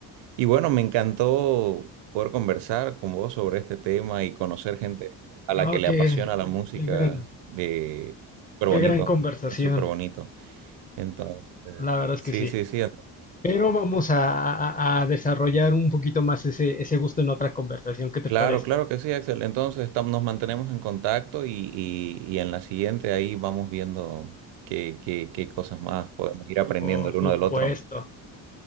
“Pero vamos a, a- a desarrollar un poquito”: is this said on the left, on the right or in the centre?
Left